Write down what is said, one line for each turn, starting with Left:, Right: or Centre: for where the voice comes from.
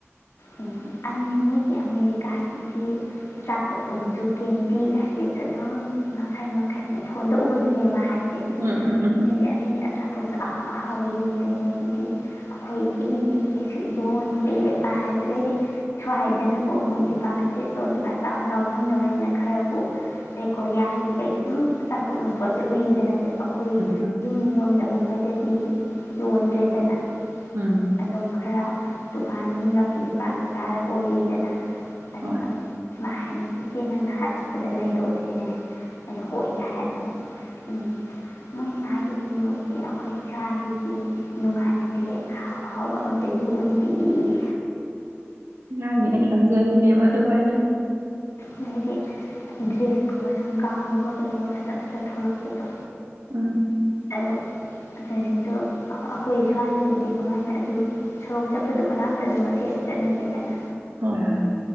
Left: ꯎꯝ ꯑꯪ ꯃꯣꯏꯒꯤ ꯑꯃꯦꯔꯤꯀꯥꯒꯤꯗꯤ ꯑꯆꯥꯄꯣꯠ ꯅꯨꯡꯖꯨ ꯀꯦꯟꯗꯤꯒꯥꯁꯤꯁꯨ ꯑꯗꯨꯝ ꯃꯈꯟ ꯃꯈꯟ ꯐꯣꯟꯗ ꯎꯕꯗꯨꯅꯦꯕꯥ ꯍꯥꯏꯒꯦ
Right: ꯎꯝ ꯎꯝ ꯎꯝ ꯎꯝ ꯎꯝ
Left: ꯑꯩꯅꯅꯦ ꯑꯗꯨꯏ ꯄꯣꯠꯖꯨ ꯑꯍꯥꯎ ꯑꯍꯥꯎꯕ ꯌꯣꯜꯂꯤ ꯃꯣꯏꯒꯤꯗꯤ ꯑꯩꯈꯣꯏꯒꯤꯗꯤ ꯀꯩꯁꯨ ꯌꯣꯟꯗꯦ ꯀꯥ ꯍꯥꯏꯕ ꯗꯩꯗꯤ ꯁ꯭ꯋꯥꯏꯗꯅꯕꯨ ꯑꯃꯨꯛ ꯗꯤꯄꯥꯔꯠꯃꯦꯟꯇꯦꯜ ꯏꯁꯇꯣꯔ ꯀꯩꯀꯥ ꯆꯥꯎꯅ ꯆꯥꯎꯅ ꯐꯝꯅꯕꯅꯤꯅ ꯈꯔꯕꯨ ꯑꯗꯩ ꯀꯣꯔꯤꯌꯥꯒꯤ ꯀꯩꯖꯨ ꯑꯆꯥꯄꯣꯠ ꯌꯣꯝ ꯄꯣꯠꯁꯦ ꯎꯏꯗꯅ ꯑꯩꯈꯣꯏ
Right: ꯎꯝ
Left: ꯌꯨꯝ ꯗꯒꯨꯝꯕꯗꯗꯤ ꯌꯣꯟꯗ꯭ꯔꯦꯗꯅ
Right: ꯎꯝ
Left: ꯑꯗꯨꯝ ꯈꯔ ꯗꯨꯀꯥꯟ ꯌꯨꯝꯂꯛꯀꯤ ꯗꯨ ꯀꯥꯡ ꯀꯩꯀꯥꯗ ꯑꯣꯏꯔꯤꯗꯅ ꯑꯗꯨꯒ
Right: ꯍꯣꯏ
Left: ꯃꯥ ꯍꯥꯏꯅꯦ ꯏꯆꯦ ꯅꯪꯅ ꯍꯜꯂꯛꯄꯗ ꯂꯩꯔꯛꯎ ꯁꯤꯅꯦ ꯑꯩꯅ ꯍꯣꯏꯗ ꯍꯥꯏ ꯗꯨꯒ ꯎꯝ ꯃꯣꯏ ꯑꯥꯒꯤ ꯌꯣꯟꯗꯦ ꯑꯩꯈꯣꯏ ꯁꯥꯏꯖꯤꯗꯤ ꯅꯨꯡꯉꯥꯏꯇꯦ ꯑꯍꯥꯎ ꯑꯍꯥꯎꯕ ꯑꯝꯇ ꯌꯣꯟꯗꯦꯌꯦ
Right: ꯑꯉꯥꯡꯅꯤꯅꯦ ꯈꯟꯖꯔꯤꯅꯦꯕ ꯑꯗꯨꯃꯥꯏꯅ
Left: ꯑꯗꯩꯗꯤ ꯗ꯭ꯔꯦꯁꯀꯨꯝꯕ ꯁꯨꯝ ꯒꯥꯎꯟꯒꯨꯝꯕ ꯀꯩꯒꯨꯝꯕ ꯐꯖ ꯐꯖꯕ ꯊꯣꯛꯂꯛꯄꯗꯣ
Right: ꯎꯝ
Left: ꯑꯗꯣ ꯖꯤꯡꯗꯣ ꯑꯩꯈꯣꯏ ꯁ꯭ꯋꯥꯏꯗꯕꯨꯗꯤ ꯀꯃꯥꯏꯅ ꯑꯗꯨ ꯁꯣꯔꯣꯛ ꯆꯠꯄꯗꯣ ꯀꯅꯥꯝꯇ ꯑꯗꯨꯝꯕ ꯁꯦꯠꯂ ꯆꯠꯅꯗꯦꯗꯅ
Right: ꯍꯣꯏ ꯍꯣꯏ